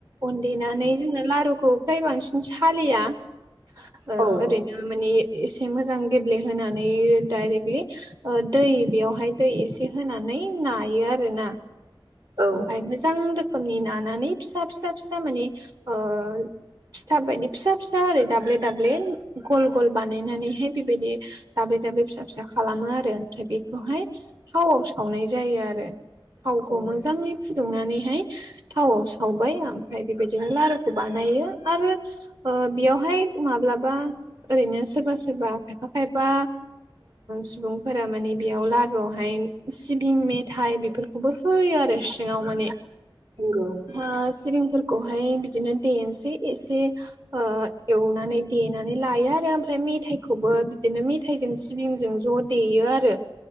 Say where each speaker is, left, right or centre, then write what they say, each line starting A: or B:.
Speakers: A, on the right; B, on the right.
A: अनदेनानै जोंना लारुखौ फ्राय बांसिन सालिया ओ
B: औ
A: ओरै ओम माने एसे मोजां गेब्लेहोनानै डायरेक्टलि ओ दै बेयावहाय दै एसे होनानै नायो आरो ना
B: औ
A: ओमफ्राय मो गोबां रोखोमनि नानानै फिसा फिसा फिसा माने ओ। फिथा बायदि फिसा फिसा ओरै दाब्ले दाब्ले गल गल बानायनानैहाय बेबायदि दाब्ले दाब्ले फिसा फिसा खालामो आरो ओमफ्राय बेखौहाय थावआव सावनाय जायो आरो थावखौ
B: औ
A: मोजाङै फुदुंनानैहाय थावाव सावबाय ओमफ्राय बेबायदिनो लारुखौ बानायो आरो ओ बेयावहाय माब्लाबा ओरैनो सोरबा सोरबा खायफा खायफा सुबुंफोरा माने बेयाव लारुआवहाय सिबिं मेथाइ बे खौबो होयो आरो सिङाव माने।
B: नंगौ
A: ओ सिबिंफोर खौहाय बिदिनो देनोसै एसे ओ एवनानै देना नै लायो आरो ओमफ्राय मेथाइखौबो बिदिनो मेथाइजों सिबिंजों ज' देयो आरो।